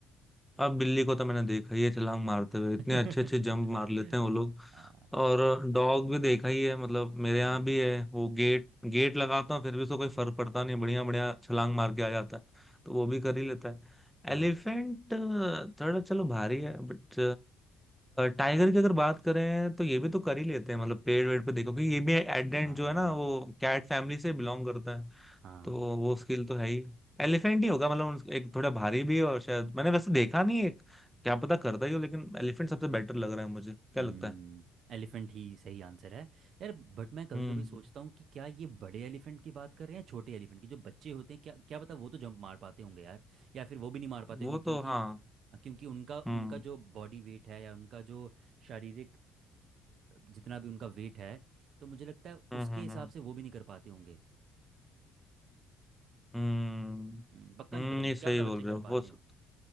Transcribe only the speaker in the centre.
अब बिल्ली को तो मैंने देखा ही है छलांग मारते हुए
इतने अच्छे अच्छे जंप मार लेते हैं वो लोग
और डॉग भी देखा ही है मतलब मेरे
यहाँ भी है वो गेट गेट लगाता हूँ फिर भी उसको कोई फर्क पड़ता नहीं बढ़िया बढ़िया छलांग मार के आ जाता है तो वो भी कर ही लेता है
एलिफेंट थोड़ा चलो भारी है बट टाइगर की अगर बात करें तो ये भी तो कर ही लेते हैं मतलब पेड़ वेड़ पे देखो कि ये भी एडेंट
जो है ना वो कैट फैमिली से बिलोंग करता है
तो वो स्किल तो है ही एलिफेंट ही होगा मतलब उन- एक थोड़ा भारी भी है और शायद मैंने वैसे देखा नहीं है, एक क्या पता करता ही हो लेकिन एलिफेंट सबसे बेटर लग रहा है मुझे क्या
लगता है
हम्म
वो
तो हाँ
हम्म
हम्म
हम्म
हम्म
हम्म,
हम्म,
नहीं
सही
बोल
रहे हो
हो सक-